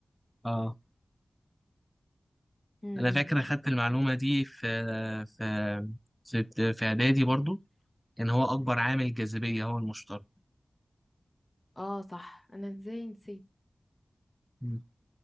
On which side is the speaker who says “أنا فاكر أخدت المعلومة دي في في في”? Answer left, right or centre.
Centre